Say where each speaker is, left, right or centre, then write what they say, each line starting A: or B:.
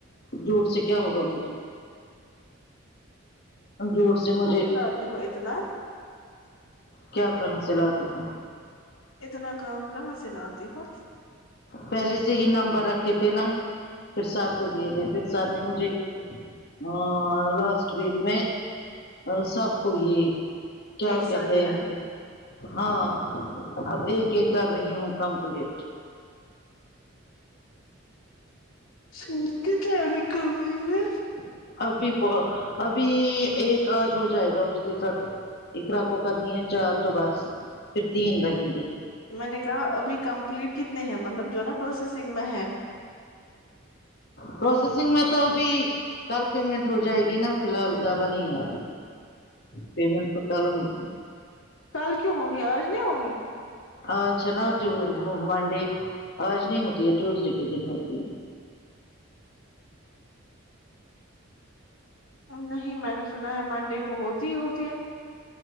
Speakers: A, on the left; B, on the left.
A: جھوٹ سے کیا ہوگا مجھے جھوٹ سے
B: کہاں
A: مجھے
B: لاتی ہو اتنا
A: کیا کہاں سے لاتی ہوں
B: اتنا کام کہاں سے لاتی ہو
A: پہلے سے ہی نمبر رکھے تھے نا پھر سر کو دیے تھے پھر سر نے مجھے ا لاسٹ ویک میں ا سب کو یہ کیا
B: ایک ساتھ
A: کہتے
B: دیا
A: ہیں کہ ہاں اب ایک ایک کر رہی ہوں کمپلیٹ
B: <unintelligible>
A: ابھی ب ابھی ایک آج ہو جائے گا اس کے ساتھ اقرا کو کرنی ہے چار تو بس پھر تین رہیں گے
B: میں نے کہا ابھی کمپلیٹ کتنے ہیں مطلب جو نا پروسیسنگ میں ہے
A: پروسیسنگ میں تو ابھی کل پیمنٹ ہو جائے گی نا فی الحال زیادہ نہیں ایگی پیمنٹ تو کل ہوگی
B: کل کیوں ہوگی آج نہیں ہوگی
A: آج ہے نا منڈے آج نہیں ہوتی ہے ٹیوزڈے کے دن ہوتی ہے
B: نہیں میں نے سنا ہے منڈے کو ہوتی ہی ہوتی ہے